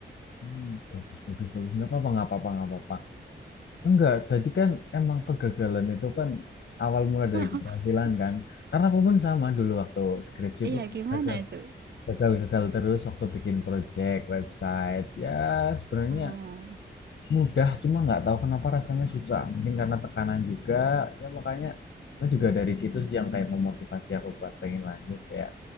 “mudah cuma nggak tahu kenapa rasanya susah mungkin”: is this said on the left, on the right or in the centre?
Left